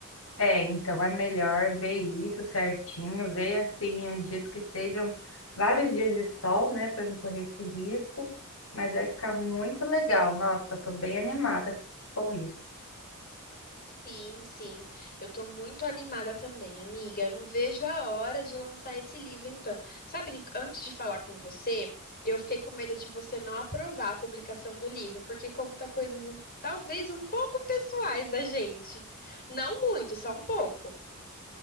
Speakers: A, on the left; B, on the left.
A: É, então é melhor ver isso certinho, ver assim os dias que estejam vários dias de sol, né, para não correr esse risco. Mas vai ficar muito legal. Nossa, eu tô bem animada com isso.
B: Sim, sim. Eu tô muito animada também, amiga. Eu não vejo a hora de lançar esse livro, então. Sabe, que antes de falar com você, eu fiquei com medo de você não aprovar a publicação do livro, porque conta coisas um- talvez um pouco pessoais da gente. Não muito, só um pouco.